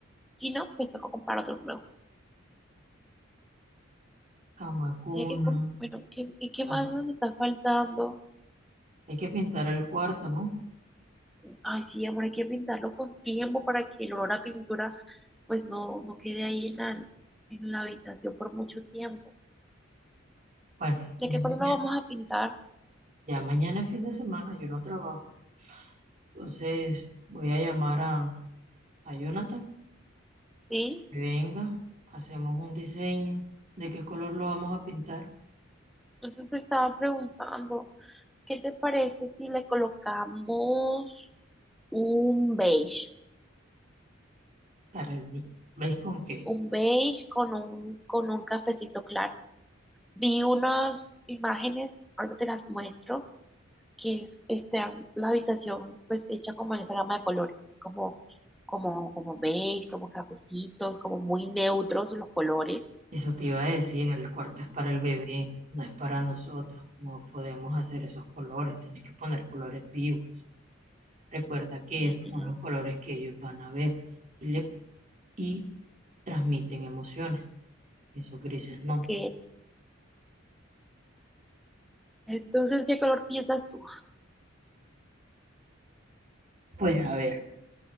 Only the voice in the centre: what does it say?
Si no, pues toca comprar otro nuevo.
Sí, hay que, com- bueno, ¿qué, y qué más
nos está faltando?
Ay, sí, amor, hay que pintarlo con tiempo para que el olor a pintura, pues no, no quede ahí en la, en la habitación por mucho tiempo.
¿De
qué
color lo vamos a pintar?
¿Sí?
Entonces te estaba preguntando, ¿qué te parece si le colocamos un beige?
Un beige con un, con un cafecito claro. Vi unas imágenes, ahorita te las muestro, que es este, la habitación pues hecha como en esa gama de colores, como, como, como beige, como cafecitos, como muy neutros los colores.
Ujú,
Ok. Entonces, ¿qué color piensas tú?